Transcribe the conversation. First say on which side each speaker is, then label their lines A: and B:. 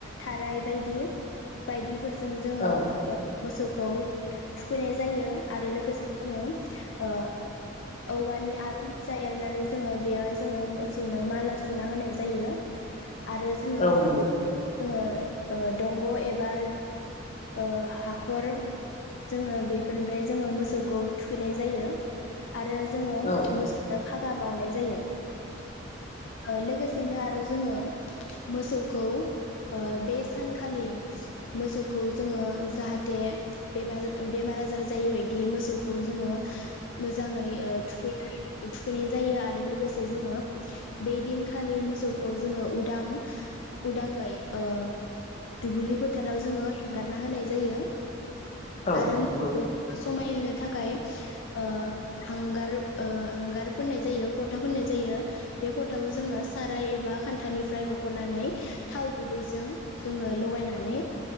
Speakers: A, on the left (about 65°); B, on the left (about 35°).
A: थाराय बायदि बायदिफोरजों जोङो
B: औ
A: मोसौखौ थुखैनाय जायो आरो लोगोसे जोङो ओ औवानि आरु फिसा एरनानै जोङो बेवहाय जोङो मोसौनो माला सुना होनाय जायो आरो जोङो
B: औ नंगौ
A: जोङो दंग' एबा ओ हाखर जोङो बेफोरनिफ्राय जोङो मोसौखौ थुखैनाय जायो आरो जोङो
B: औ
A: मोसौ फागा बावनाय जायो लोगोसेनो आरो जोङो मोसौखौ ओ बे सानखालि मोसौ खौ जोङो जाहाथे बेम बेमार आजार जाय बायदि मोसौखौ जोङो मोजाङै थुखैनाय थुखैनाय जायो आरो लोगोसे जोङो बे दिनखालि मोसौखौ जोङो उदां उदाङै ओ दुब्लि फोथाराव जोङो एंगारना होनाय जायो
B: औ
A: आरो मोसौखौ
B: नंगौ
A: समायहोनो थाखाय ओ हांगार हांगार फोननाय जायो फथा फुननाय जायो बे फथाखौ जोङो साराय एबा खान्थानिफ्राय हख'नानै थाव गुबैजों जोङो लगायनानै